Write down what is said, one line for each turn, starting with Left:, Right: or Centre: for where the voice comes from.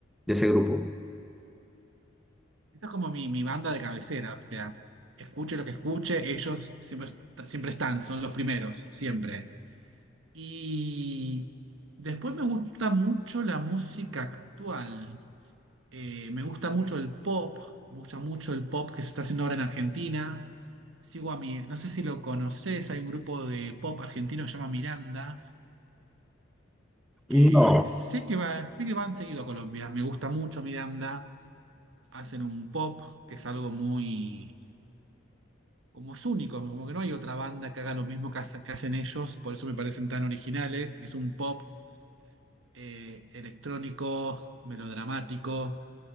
Centre: de ese grupo.
Right: Esa es como mi, mi banda de cabecera, o sea, escuche lo que escuche, ellos siempre, est- siempre están, son los primeros, siempre. Y después me gusta mucho la música actual, Eh, me gusta mucho el pop, me gusta mucho el pop que se está haciendo ahora en Argentina. Sigo a mi, no sé si lo conoces, hay un grupo de pop argentino que se llama Miranda, que
Centre: No,
Right: sé que va, sé que van seguido a Colombia, me gusta mucho Miranda, hacen un pop que es algo muy como es único, como que no hay otra banda que haga lo mismo que, hace- que hacen ellos, por eso me parecen tan originales. Es un pop eh, electrónico, melodramático,